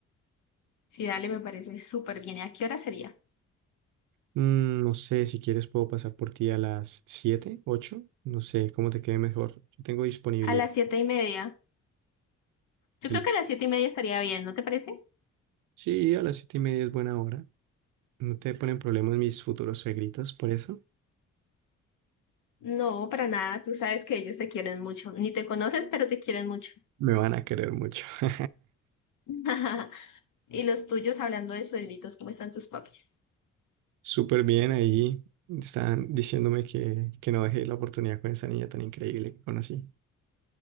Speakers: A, on the left (about 80°); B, on the right (about 85°).
A: Sí, dale, me parece súper bien. ¿A qué hora sería?
B: Mm, no sé, si quieres puedo pasar por ti a las 7, 8, no sé, cómo te quede mejor. Yo tengo disponibilidad.
A: A las siete y media. Yo
B: Sí,
A: creo que a las siete y media estaría bien, ¿no te parece?
B: Sí, a las siete y media es buena hora. No te ponen problemas mis futuros suegritos, por eso
A: No, para nada. Tú sabes que ellos te quieren mucho. Ni te conocen, pero te quieren mucho.
B: me van a querer mucho. <laughs>
A: <laughs> Y los tuyos, hablando de suegritos, ¿cómo están tus papis?
B: Súper bien ahí. Están diciéndome que, que no dejé la oportunidad con esa niña tan increíble que conocí.